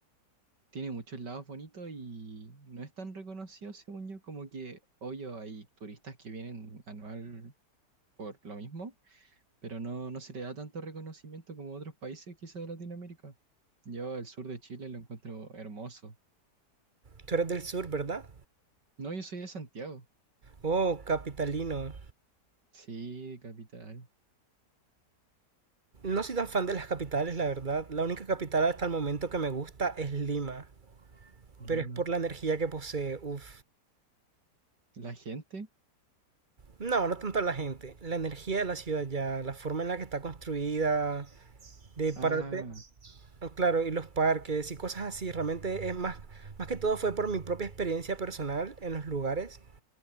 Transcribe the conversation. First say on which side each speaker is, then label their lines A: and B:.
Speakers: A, on the right; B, on the right.
A: tiene muchos lagos bonitos y no es tan reconocido, según yo, como que, obvio, hay turistas que vienen anual por lo mismo pero no, no se le da tanto reconocimiento como otros países quizá de Latinoamérica. Yo el sur de Chile lo encuentro hermoso.
B: Tú eres del sur, ¿verdad?
A: No, yo soy de Santiago.
B: Oh, capitalino.
A: Sí, capital,
B: No soy tan fan de las capitales, la verdad. La única capital hasta el momento que me gusta es Lima.
A: Lima.
B: Pero es por la energía que posee. Uf.
A: La gente.
B: No, no tanto a la gente. La energía de la ciudad ya, la forma en la que está construida, de
A: Ah,
B: pararte. Oh, Claro, y los parques y cosas así, realmente es más, más que todo fue por mi propia experiencia personal en los lugares,